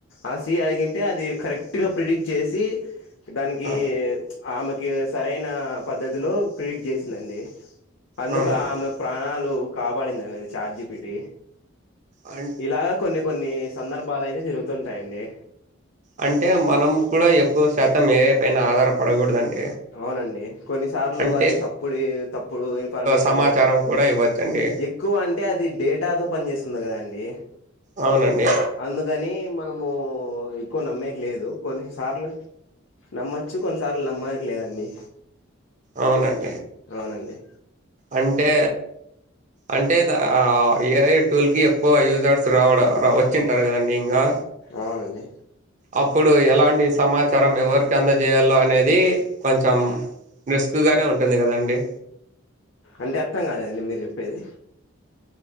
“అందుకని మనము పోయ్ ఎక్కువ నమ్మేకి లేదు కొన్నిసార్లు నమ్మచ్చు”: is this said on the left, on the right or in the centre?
Left